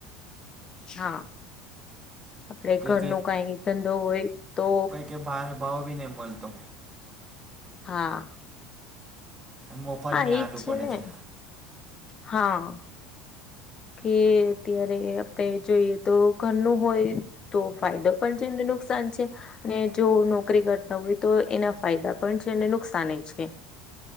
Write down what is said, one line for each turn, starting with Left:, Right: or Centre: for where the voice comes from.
Left: હા આપડે
Right: કઈ
Left: ઘર નો કઈ ધંધો હોય તો
Right: કે બાર ભાવ બી નઈ મલતો
Left: હા
Right: મોફાત
Left: હા
Right: મે
Left: એજ
Right: આલુ પડે
Left: ને
Right: છે.
Left: હા કે અત્યારે આપણે જોઈએ તો ઘરનું હોય તો ફાયદો પણ છે એમને નુકસાન છે. અને જો નોકરી કરતા હોય તો એના ફાયદા પણ છે અને નુકસાન એ છે.